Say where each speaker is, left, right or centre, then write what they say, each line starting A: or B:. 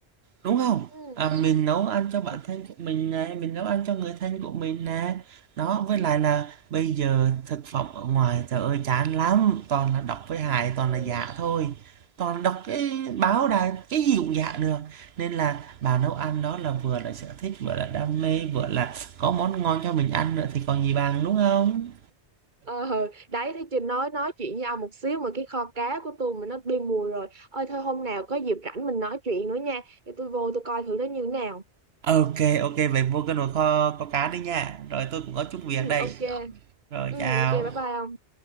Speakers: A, on the right; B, on the right.
A: đúng không
B: ừ.
A: à, mình nấu ăn cho bản
B: ừ.
A: thân của mình này mình nấu ăn cho người thân của mình nè đó với lại là bây giờ thực phẩm ở ngoài trời ơi chán lắm toàn là độc với hại toàn
B: ừ.
A: là giả thôi toàn đọc cái báo đài cái gì cũng giả được nên là bà nấu ăn đó là vừa là sở thích vừa là đam mê vừa là có món ngon cho mình ăn nữa thì còn gì bằng đúng không
B: ờ đấy thì chị nói nói chuyện với ông một xíu mà cái kho cá của tôi mà nó đi mùi rồi ơi thôi hôm nào có dịp rảnh mình nói chuyện nữa nha để tôi vô tôi coi thử nó như thế nào
A: OK, OK, vậy vô cái nồi kho có cá đi nha. Rồi tôi cũng có chút việc
B: <laughs>
A: đây.
B: ok
A: Rồi
B: Ừ,
A: chào.
B: ok, bye bye ông.